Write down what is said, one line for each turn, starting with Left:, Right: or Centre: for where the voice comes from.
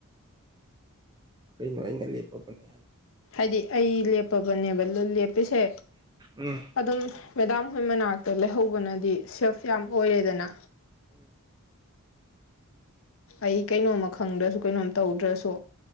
Right: ꯀꯩꯅꯣ ꯑꯩꯅ ꯂꯦꯞꯄꯕꯅꯤ
Left: ꯍꯥꯏꯗꯤ ꯑꯩ ꯂꯦꯞꯄꯕꯅꯦꯕ ꯂꯦꯞꯄꯤꯁꯦ
Right: ꯎꯝ
Left: ꯑꯗꯨꯝ ꯃꯦꯗꯥꯝ ꯍꯣꯏ ꯃꯅꯥꯛꯇ ꯂꯩꯍꯧꯕꯅꯗꯤ ꯁꯦꯐ ꯌꯥꯝ ꯑꯣꯏꯔꯦꯗꯅ
Right: <inaudible>
Left: ꯑꯩ ꯀꯩꯅꯣꯝꯃ ꯈꯪꯗ꯭ꯔꯁꯨ ꯀꯩꯅꯣꯝ ꯇꯧꯗ꯭ꯔꯁꯨ